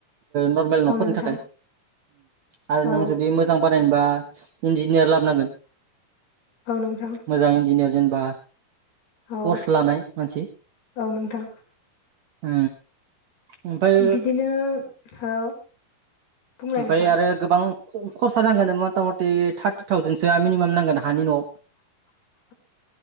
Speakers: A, on the right; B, on the left.
A: नर्मेल न'फोरनि
B: औ नोंथां
A: थाखाय आरो
B: औ
A: नों जुदि मोजां बानायनोबा इन्जिनियार लाबोनांगोन
B: औ नोंथां
A: मोजां इन्जिनियार जेनबा
B: औ
A: कर्स लानाय मानसि
B: औ नोंथां
A: उ ओमफाय
B: बिदिनो औ बुंलाय
A: ओमफाय
B: नोंथां
A: आरो गोबां खरसा नांगोन मथा मथि थार्टि थावजेनसोआ मिनिमाम नांगोन हानि न'आव
B: <inaudible>